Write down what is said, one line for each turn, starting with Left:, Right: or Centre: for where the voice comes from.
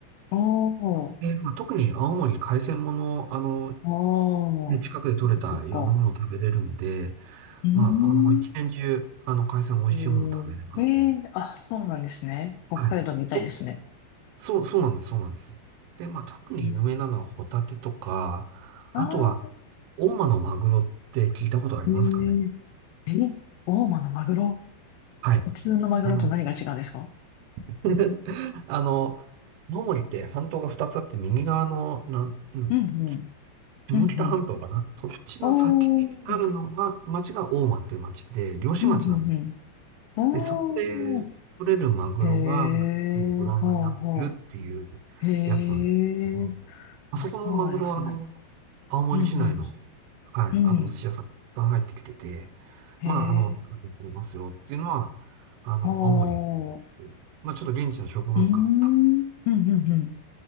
Left: ああ。
Right: でまあ、特に青森海鮮もの、あの、
Left: ああ。そっかそっか。
Right: ね近くで取れたいろんなものを食べれるんで、
Left: うーん。
Right: まあ、あの、一年中、あの、海鮮美味しいもの食べれますね。
Left: おーええあ、そうなんですね。北海道みたいですね。
Right: はい。と、そう、そうなんです、そうなんです。で、まあ、特に有名なのはホタテとか、
Left: うん、ああ。
Right: あとは、大間のマグロって聞いたことありますかね
Left: えええ、大間のマグロ。
Right: はい。
Left: 普通のマグロと何が違うんですか
Right: あの、<laughs> あの、青森って半島が2つあって、右側の、なん、うん
Left: うんうん。
Right: 下北半島かな。
Left: うんうん。
Right: そっちの先にあるのが、
Left: おー。
Right: 町が大間っていう町で、漁師町なんです、
Left: うんうんうん。おー。
Right: でそこで取れるマグロが、
Left: へえ、
Right: まあのブランドになってるっていうやつなんですけども、
Left: ほうほう。へえ、
Right: まあそこのマグロは、
Left: あ、そうなんですね。
Right: あの、青森市内の、
Left: うん
Right: はい、
Left: うん。
Right: あの、
Left: うん。
Right: お寿司屋さんが入ってきてて、
Left: へえ、
Right: まあ、あの、取れますよっていうのは、あの、
Left: ほう。
Right: 青森に、まあ、ちょっと現地の食文化、
Left: うーん。う
Right: た
Left: んうんうん。